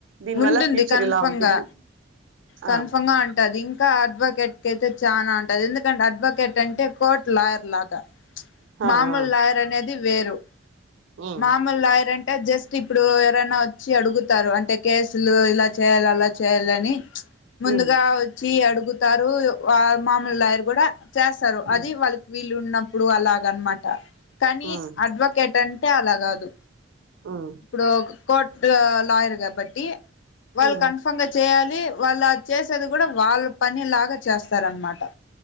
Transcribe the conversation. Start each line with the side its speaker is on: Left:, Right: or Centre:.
Right: దీని
Left: ఉంటుంది
Right: వల్ల ఫ్యూచర్
Left: కన్ఫమ్
Right: ఇలా ఉంటుంది
Left: గా కన్ఫమ్
Right: ఆ
Left: గా ఉంటుంది ఇంకా అడ్వాకెట్కియితే చాలనా ఉంటది ఎందుకంటే అడ్వకేట్ అంటే కోర్ట్ లాయర్ లాగా
Right: ఆ
Left: మామూలు
Right: ఆ
Left: లాయర్ అనేది వేరు
Right: ఉమ్
Left: మామలాయర్ అంటే జస్ట్ ఇప్పుడు ఎవరైనా వచ్చి అడుగుతారు అంటే కేసులు ఇలా చేయాలి అలా చేయాల అని ముందుగా
Right: ఉమ్
Left: వచ్చి అడుగుతారు మామలుయారు కూడా చేస్తారు
Right: ఉమ్
Left: అది వాళ్ళకి వీళ్ళు ఉన్నప్పుడు అలాగ అనమాట కానీ
Right: ఉమ్
Left: అడ్వకేట్ అం అ అలా కాదు
Right: ఉమ్
Left: ఇప్పుడు కోర్ట్ లాయర్ కాబట్టి వాళ్ళు
Right: ఉమ్
Left: కన్ఫామ్ గా చేయాలి వాళ్ళుది చేసేది కూడా వాళ్ళ పని లాగా చేస్తారనమాట